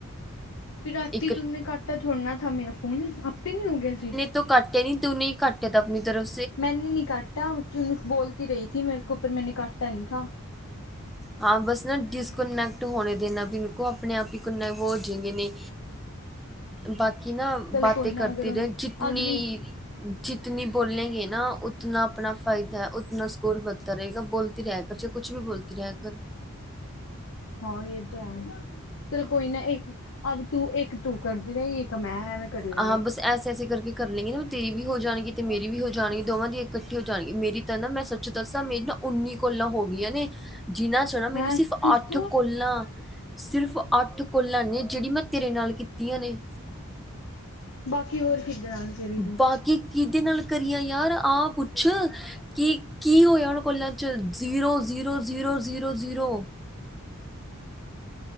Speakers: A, on the left; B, in the centre.
A: ਫਿਰ ਰਾਤੀ
B: ਇੱਕ
A: ਤੂੰਨੇ ਕਾਟਾ ਥੋੜ੍ਹ ਨਾ ਥ ਮੇਰਾ ਫੋਨ, ਆਪੇ ਨੀ ਹੋ ਗਿਆ ਸੀ।
B: ਤੂੰ ਕੱਟਿਆ ਨੀ ਤੂੰ ਨਹੀਂ ਕੱਟਿਆ ਤਾਂ ਆਪਣੀ ਤਰਫ
A: ਮੈਂਨੇ ਨਹੀਂ ਕਾਟਾਨ ਬੋਲ ਰਹੀ ਥੀ ਮੇਰੇ ਕੋ ਪਰ ਮੈਂਨੇ ਕਾਟਾ ਨ ਨਹੀ ਥਾ।
B: ਹਾਂ ਬਸ ਨਾ ਡਿਸਕਨੈਕਟ ਹੋਣੇ ਨਾ ਦੇਨਾ ਬਨ ਕੋ ਆਪਣੇ ਆਪ ਹੀ ਕੋਨੈਕ ਹੋ ਜਾਗੇ ਨੇ। ਬਾਕੀ ਨਾ
A: ਚਲ
B: ਬਾਤੇ
A: ਕੋਈ
B: ਕਰਤੀ
A: ਨਾ, ਅਗਰ ਹੋਏਗੀ
B: ਰਹੇ ਜਿਤਨੀ।
A: ਅਗਲੀ,
B: ਜਿਤਨੀ ਬੋਲੇਗੇ ਨਾ ਉਤਨਾ ਆਪਣਾ ਫ਼ਾਇਦਾ ਹੈ ਉਤਨਾ ਸਕੋਰ ਬਨਦਾ ਰਹੇਗਾ ਬੋਲਦੀ ਰਹੇ। ਅੱਛਾ ਕੁੱਛ ਵੀ ਬੋਲਤੀ ਰਹੇ ਕਰਰ।
A: ਹਾਂ ਇਹ ਤਾਂ ਹੈ। ਚਲੋ ਕੋਈ ਨਾ, ਇੱਕ ਅਬ ਤੂੰ, ਇੱਕ ਤੂੰ ਕਰਦੀ ਰਹਿ ਇੱਕ ਮੈਂ ਐਵੇਂ ਕਰ ਲੇ।
B: ਹਾਂ ਬਸ ਐਸੇ ਐਸੇ ਕਰਕੇ ਕਰ ਲਵਾਂਗੇ ਨਾ ਤੇਰੀ ਵੀ ਹੋ ਜਾਣਗੀ ਤੇ ਮੇਰੀ ਵੀ ਹੋ ਜਾਣਗੀ ਦੋਵਾਂ ਦੀ ਇਕੱਠੀ ਹੋ ਜਾਣਗੀ ਮੇਰੀ ਤਾਂ ਨਾ ਮੈਂ ਸ ਦੱਸਾਂ ਮੇਰੀ ਨਾ ਉੱਨੀ ਕੋਲਾਂ ਹੋ ਗਈਆਂ ਨੇ ਜਿਨਾਂ ਚ ਨਾ ਮੈਨੂੰ
A: ਹੈਂ
B: ਸਿਰਫ
A: ਕਿਸ
B: ਅੱਠ
A: ਤਰ੍ਹਾਂ,
B: ਕੋਲਾਂ। ਸਿਰਫ਼ ਅੱਠ ਕੋਲਾਂ ਨੇ ਜਿਹੜੀ ਮੈਂ ਤੇਰੇ ਨਾਲ ਕੀਤੀਆਂ ਨੇ।
A: ਬਾਕੀ ਹੋਰ ਕਿਹਦੇ ਨਾਲ? ਕਰੀ ਤੂੰ।
B: ਬਾਕੀ ਕਿਹਦੇ ਨਾਲ ਕਰੀਆਂ ਯਾਰ ਆਹ ਪੁੱਛ? ਕੀ ਕੀ ਹੋਇਆ ਉਹਨਾਂ ਕੋਲਾਂ ਚ zero zero zero zero zero.